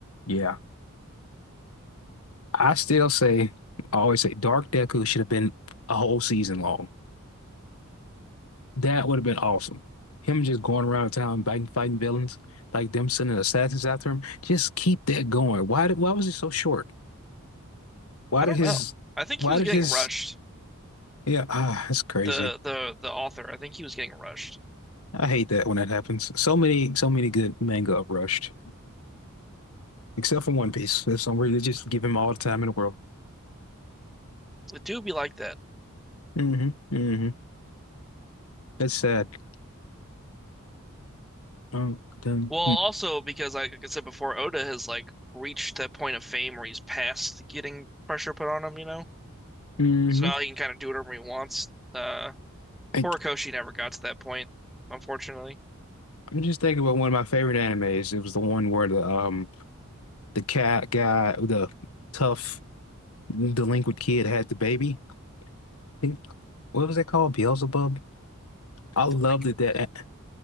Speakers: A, on the left; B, in the centre.
A: yeah. I still say, I always say, Dark Deku should have been a whole season long. That would have been awesome. Him just going around town fighting, fighting villains, like them sending assassins after him. Just keep that going. Why did, why was it so short? Why
B: I don't
A: did his,
B: know. I think
A: why
B: he was
A: did
B: getting
A: his,
B: rushed.
A: yeah, ah, that's crazy.
B: the the the author. I think he was getting rushed.
A: I hate that when that happens. So many, so many good manga uprushed, except for One Piece. That's something they just give him all the time in the world.
B: It do be like that.
A: mm hmm mm hmm That's sad. Oh, done.
B: Well, also because like I said before, Oda has like reached that point of fame where he's past getting pressure put on him, you know?
A: Mm-hmm.
B: So now he can kind of do whatever he wants. Uh,
A: I,
B: Horikoshi never got to that point, unfortunately.
A: I'm just thinking about one of my favorite animes. It was the one where the um the cat guy, the tough delinquent kid had the baby. I think what was that called? Beelzebub. I loved
B: Delinquent.
A: it that.